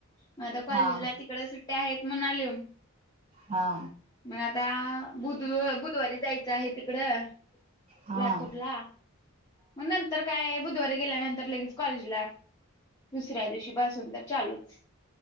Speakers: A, on the left (about 20°); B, on the right (about 25°).
A: मग आता कॉलेजला
B: हा
A: तिकडं सु त्या आहेत म्हणून आलुय.
B: हा.
A: मग आता बुध-बुधवारी जायचं आहे तिकडं.
B: हा
A: लातूरला मग नं तर काय बुधवारी गेल्यानंतर लगेच कॉलेजला, दुसऱ्या दिवशीपासून तर चालूच.